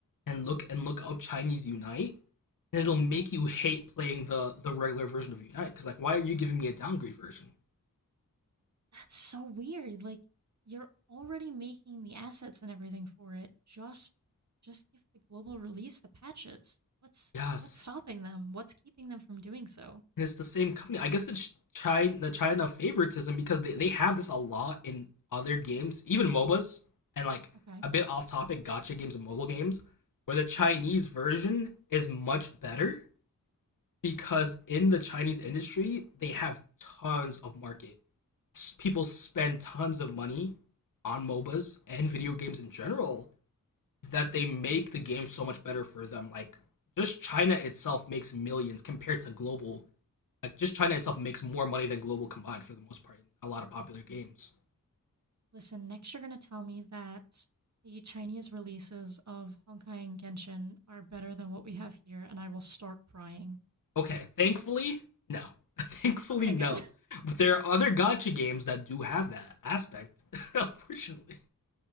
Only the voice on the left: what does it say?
and look and look up Chinese Unite, and it'll make
you hate playing the the regular version of Unite because like, why are you giving me a downgrade version?
Yes,
and it's the same company. I guess it's China the China favoritism because they, they have this a lot in other games, even MOBAs, and like
a bit off topic gotcha games and mobile games, where the Chinese
version is much better because in the Chinese industry, they have tons of market. People spend tons of money on MOBAs and video games in general that they make the game so much better for them. Like just China itself makes millions compared to global. Like just China itself makes more money than global combined for the most part in a lot of popular games.
Okay, thankfully, no. <laughs> thankfully,
no.
But there are other gotcha games that do have that aspect, <laughs> unfortunately.